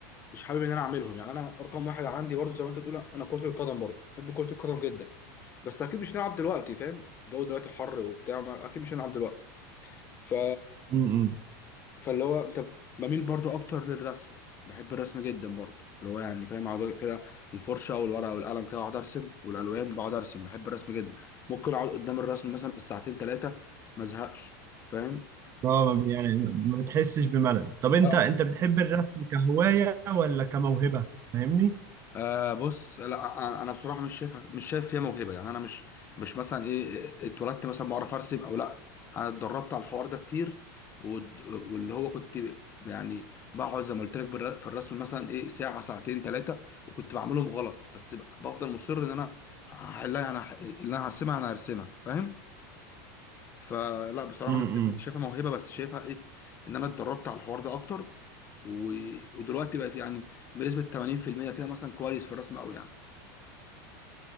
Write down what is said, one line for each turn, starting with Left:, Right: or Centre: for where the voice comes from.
Left: مش حابب ان انا اعملهم يعني انا رقم واحد عندي برضه زي ما انت بتقول انا كرة القدم برضه بحب كرة القدم جدا بس اكيد مش هنلعب دلوقتي فاهم الجو دلوقتي حر وبتاع ما- اكيد مش هنلعب دلوقتي ف
Right: امم
Left: فاللي هو انت بميل برضه اكتر للرسم بحب الرسم جدا برضه اللي هو يعني فاهم اقعد كده الفرشة والورقة والقلم كده اقعد ارسم والالوان بقعد ارسم بحب الرسم جدا ممكن اقعد قدام الرسم مثلا بالساعتين ثلاثة ما ازهقش فاهم
Right: اه ما بي- يعني ما بتحسش بملل طب
Left: لا
Right: انت انت بتحب الرسم كهوايه ولا كموهبه فاهمني
Left: آه بص لا انا بصراحه مش شايف مش شايف فيها موهبه يعني انا مش مش مثلا ايه إيه، اتولدت مثلا بعرف ارسم او لا انا اتدربت على الحوار ده كتير ود- واللي هو كنت يعني بقعد زي ما قلت لك بالر- في الرسم مثلا ايه ساعه ساعتين ثلاثه وكنت بعملهم غلط بس ب- بفضل مصر ان انا هحلها انا ه- اللي انا هرسمها انا هرسمها فاهم فلا بصراحه
Right: م- م.
Left: مش شايفها مش شايفها موهبه بس شايفها ايه ان انا اتدربت على الحوار ده اكتر و- ودلوقتي بقت يعني بنسبه 80% كده مثلا كويس في الرسم قوي يعني